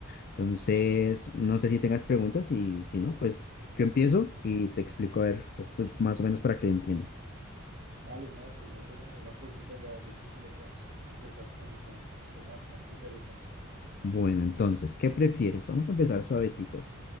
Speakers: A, on the left; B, on the right.
A: Entonces, no sé si tengas preguntas y si no, pues yo empiezo y te explico a ver, pues más o menos para que entiendas.
B: Vale, no, pues no tengo ninguna pregunta ya. Yo creo que ya podemos empezar con el juego. Suena bastante interesante.
A: Bueno, entonces, ¿qué prefieres? Vamos a empezar suavecito.